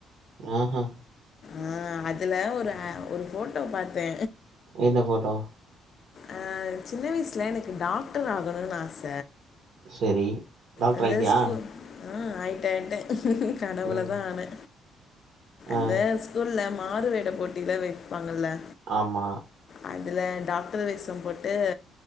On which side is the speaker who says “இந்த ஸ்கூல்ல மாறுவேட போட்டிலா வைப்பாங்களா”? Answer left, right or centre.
Left